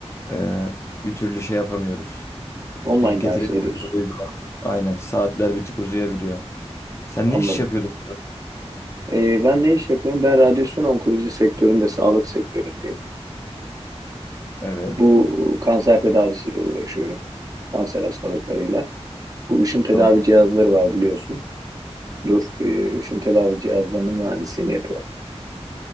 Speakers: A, on the left; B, on the right.
A: Ee, bir türlü şey yapamıyoruz.
B: Online
A: Denk getiremiyoruz.
B: ders veriyorsun.
A: o yüzden. Aynen saatler bir tık uzayabiliyor. Sen
B: Anladım.
A: ne iş yapıyordun?
B: Ee, ben ne iş yapıyorum? Ben radyasyon onkoloji sektöründe, sağlık sektöründeyim.
A: Evet.
B: Bu kanser tedavisiyle uğraşıyorum. Kanser hastalıklarıyla. Bu ışın tedavi
A: O,
B: cihazları var biliyorsun. Dur, e, ışın tedavi cihazlarının mühendisliğini yapıyorum.